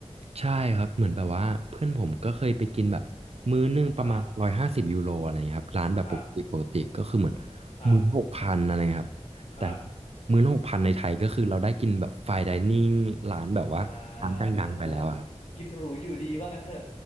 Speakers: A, on the right (about 60°); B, on the left (about 70°).
A: ใช่ครับเหมือนแบบว่าเพื่อนผมก็เคยไปกินแบบมื้อนึงประมาณร้อยห้าสิบยูโรอะไรเงี้ยครับร้านแบบปกติปกติก็คือเหมือน
B: ครับครับครับ
A: มื้อหกพันอะไรเงี้ยครับแต่
B: ครับ
A: มื้อหกพันในไทยก็คือเราได้กินแบบไฟน์ไดนิ่งร้านแบบว่าร้านดังๆไปแล้วอะครับ
B: อ่ากินหรูอยู่ดีว่างั้นเถอะ